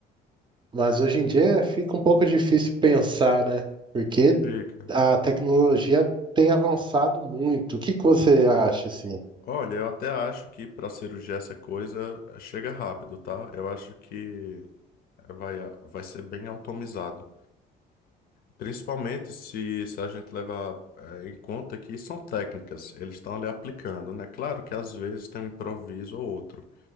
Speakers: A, on the right; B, on the left.
A: mas hoje em dia fica um pouco difícil pensar, né? Porque
B: Fica.
A: a tecnologia tem avançado muito. O que que você acha assim?
B: Olha, eu até acho que para cirurgia essa coisa eh, chega rápido, tá? Eu acho que eh, vai, ah, vai ser bem automatizado. Principalmente se, se a gente levar eh, em conta que são técnicas, eles estão ali aplicando, né? Claro que às vezes tem um improviso ou outro,